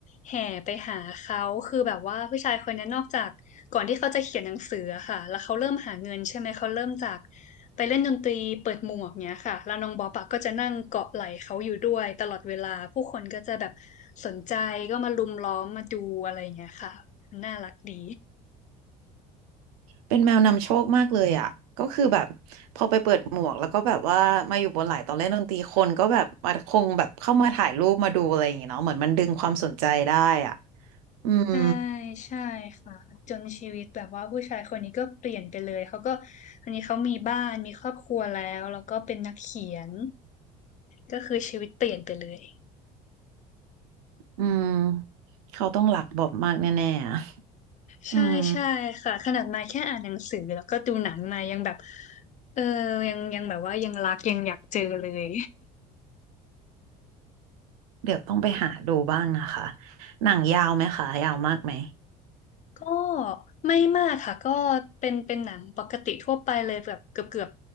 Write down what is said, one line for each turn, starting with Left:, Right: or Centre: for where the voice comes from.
Left: แห่ไปหาเขาคือแบบว่าผู้ชายคนนี้นอกจากก่อนที่เขาจะเขียนหนังสืออะค่ะแล้วเขาเริ่มหาเงินใช่ไหมเขาเริ่มจากไปเล่นดนตรีเปิดหมวกเนี้ยค่ะแล้วน้องบ๊อบอะก็จะนั่งเกาะไหล่เขาอยู่ด้วยตลอดเวลาผู้คนก็จะแบบสนใจก็มาลุมล้อมมาดูอะไรอย่างเงี้ยค่ะน่ารักดี
Right: เป็นแมวนำโชคมากเลยอ่ะก็คือแบบพอไปเปิดหมวกแล้วก็แบบว่ามาอยู่บนไหล่ตอนเล่นดนตรีคนก็แบบมาคงแบบเข้ามาถ่ายรูปมาดูอะไรอย่างเงี้ยเนาะเหมือนมันดึงความสนใจได้อ่ะอืม
Left: ใช่ใช่ค่ะจนชีวิตแบบว่าผู้ชายคนนี้ก็เปลี่ยนไปเลยเขาก็อันนี้เขามีบ้านมีครอบครัวแล้วแล้วก็เป็นนักเขียนก็คือชีวิตเปลี่ยนไปเลย
Right: อืมเขาต้องรักบอบมากแน่ๆอะ
Left: ใช่ใช่ค่ะขนาดมายแค่อ่านหนังสือแล้วก็ดูหนังมายังแบบ
Right: อืม
Left: เออยังยังแบบว่ายังรักยังอยากเจอเลย
Right: เดี๋ยวต้องไปหาดูบ้างนะคะหนังยาวไหมคะยาวมากไหม
Left: <laughs> ก็ไม่มากค่ะก็เป็นเป็นหนังปกติทั่วไปเลยแบบเกือบเกือบ